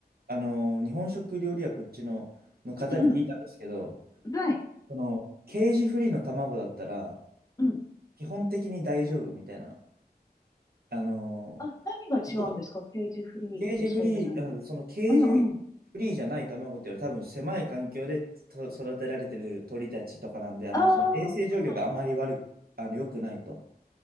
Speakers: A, on the right; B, on the left.
A: あの、日本食料理はこっちの、の方に聞いたんですけど、
B: うんうん。はい。
A: その、ケージフリーの卵だったら、
B: うん。
A: 基本的に大丈夫みたいな。あの、
B: あ、何が違うんですかケージフリーとそうじゃない。
A: でケージフリー、
B: うんうん。
A: あのそのケージフリーじゃない卵っていうのは多分狭い環境でと育てられてる鳥たちとかなんで、あの、
B: ああ、
A: その衛生状況があまり悪く、あの、良くないと。